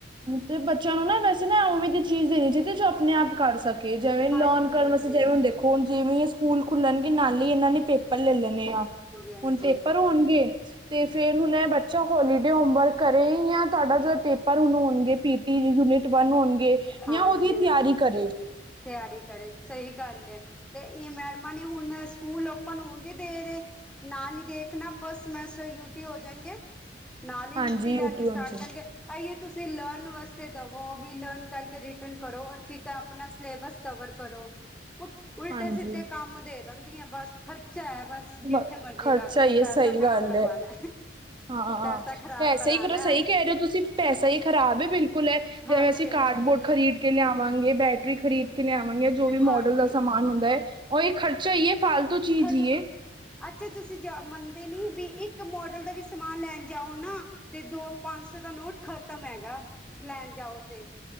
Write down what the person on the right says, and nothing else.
ਤੇ ਬੱਚਿਆਂ ਨੂੰ ਨਾ, ਵੈਸੇ ਨਾ ਉਵੇਂ ਜੀ ਚੀਜ਼ ਦੇਨੀ ਚਾਈਦੀ ਜੋ ਆਪਨੇ ਆਪ ਕਰ ਸਕ ਜਿਵੇਂ ਲਰਨ
ਕਰਨ
ਵਾਸਤੇ,
ਜਿਵੇਂ ਹੁਣ ਦੇਖੋ ਹੁਣ ਜਿਵੇਂ ਇਹ ਸਕੂਲ ਖੁੱਲਣਗੇ, ਨਾਲ ਹੀ ਇਹਨਾਂ ਨੇ ਪੇਪਰ ਲੈ ਲੈਂਨੇ ਆਪਣੀ
ਹੁਣ ਪੇਪਰ ਹੋਣਗੇ ਤੇ ਫੇਰ ਹੁਣ ਇਹ ਬੱਚਾ ਹੋਲੀਡੇ ਹੋਮਵਰਕ ਕਰੇ, ਯਾ ਤੁਹਾਡਾ ਜੋ ਪੇਪਰ ਹੁਣ ਹੋਣਗੇ, ਪੀਟੀ ਯੂਨਿਟ ਵਨ ਹੋਣਗੇ
ਜਾਂ ਉਹਦੀ
ਤਿਆਰੀ ਕਰੇ
ਹਾਂਜੀ
ਹੋਣ
ਹਾਂਜੀ
ਬ-
ਖਰਚਾ
ਹੀ
ਹੈ, ਸਹੀ ਗੱਲ
ਹੈ ਹਾਂ
ਵੈਸੇ,
ਇਕ ਗੱਲੋਂ ਸਹੀ ਕਹਿ ਰਹੇ ਹੋ ਤੁਸੀਂ ਪੈਸਾ ਹੀ ਖ਼ਰਾਬ ਹੈ, ਬਿਲਕੁਲ ਹੈ। ਜੇ
ਅਸੀਂ
ਕਾਰਡ ਬੋਰਡ ਖਰੀਦ ਕੇ ਲਿਆਵਾਂਗੇ, ਬੈਟਰੀ ਖਰੀਦ ਲਿਆਵਾਂਗੇ ਜੋ ਵੀ
ਮੋਡਲ ਦਾ ਸਮਾਨ ਹੁੰਦਾ ਹੈ, ਉਹ ਇਹ ਖਰਚਾ ਹੀ ਹੈ, ਫਾਲਤੂ ਚੀਜ਼
ਹੀਆ